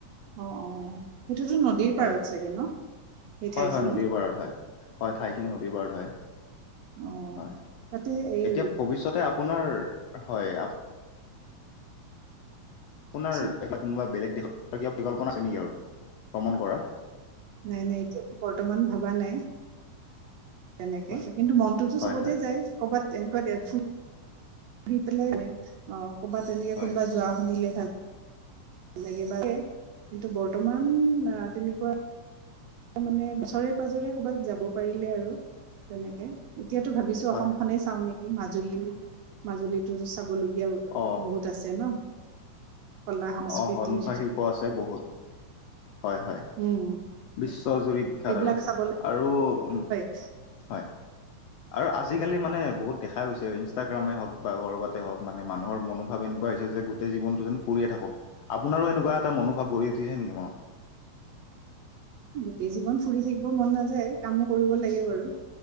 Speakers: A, on the right; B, on the left.
A: অ অ সেইটোতো নদীৰ
B: হয়',
A: পাৰত
B: হয়',
A: চাগে ন সেই
B: হয়',
A: ঠাইখিনি
B: হয়', নদীৰ পাৰত হয়'। হয়', ঠাইখিনি নদীৰ পাৰত হয়',
A: অ
B: হয়',।
A: তাতে এই
B: এতিয়া ভৱিষ্যতে আপোনাৰ হয়', আপ আপোনাৰ
A: কচোন
B: এ' কোনোবা বেলেগ দেশত, কিবা পৰিকল্পনা আছে নেকি আৰু ভ্ৰমণ কৰা।
A: নাই- নাই এতিয়া বৰ্তমান ভবা নাই। তেনেকে
B: হয়
A: কিন্তু মনটোতো
B: হয়
A: চবতে
B: হয়
A: যায়, কৰ'বাত এনেকুৱা ফ ঘুৰি পেলাই অ' ক'বাত তেনেকে
B: হয়
A: কোনোবা যোৱা শুনিলে ভাল ভাল লাগে বা কিন্তু বৰ্তমান আহ তেনেকুৱা তাৰ মানে ওচৰে পাজৰে কৰ'ৰবাত যাব পাৰিলে আৰু তেনেকে এতিয়াতো ভাবিছো,
B: হয়
A: অসম খনেই চাও নেকি মাজুলী মাজুলীতো চাবলগীয়া
B: অ',
A: বহুত আছে ন'। কলা সংস্কৃতিৰ
B: অ', হয়', মুখা শিল্প আছে বহুত হয়', হয়',।
A: উম',।
B: বিশ্ব জুৰি বিখ্যাত
A: সেইবিলাক
B: আৰু
A: চাব লাগ
B: আৰু উম
A: <inaudible>
B: হয় আৰু আজিকালি মানে বহুত দেখা গৈছে, ইনষ্টাগ্ৰামে হওক বা ক'ৰবাতে হওক মানে মানুহৰ মনোভাৱ এনেকুৱা হৈছে যে জীৱনটো যেন ফুৰিয় থাকক, আপোনাৰো এনেকুৱা এটা মনোভাৱ গঢি উঠিছে নেকি মনত।
A: গোটেই জীৱন ফুৰি থাকিব মন নাযায় কামো কৰিব লাগে বাৰু।